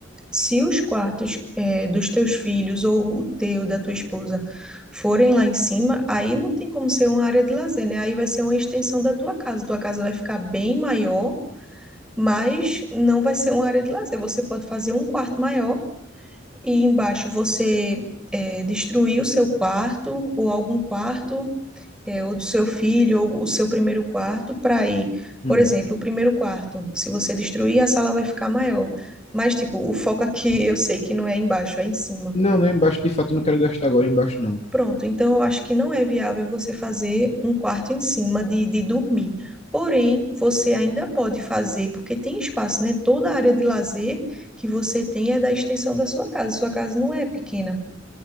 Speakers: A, in the centre; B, on the left.
A: Se os quartos eh, dos teus filhos ou o teu, da tua esposa, forem lá em cima, aí não tem como ser uma área de lazer, né? Aí vai ser uma extensão da tua casa. Tua casa vai ficar bem maior, mas não vai ser uma área de lazer. Você pode fazer um quarto maior e embaixo você eh, destruir o seu quarto ou algum quarto é, ou do seu filho, ou o seu primeiro quarto, para ir, por
B: Hum.
A: exemplo, o primeiro quarto, se você destruir, a sala vai ficar maior. Mas, tipo, o foco aqui <laughs> eu sei que não é embaixo, é em cima.
B: Não, não, é embaixo de fato eu não quero gastar agora embaixo, não.
A: Pronto, então eu acho que não é viável você fazer um quarto em cima de, de dormir. Porém, você ainda pode fazer, porque tem espaço, né? Toda a área de lazer que você tem é da extensão da sua casa. Sua casa não é pequena.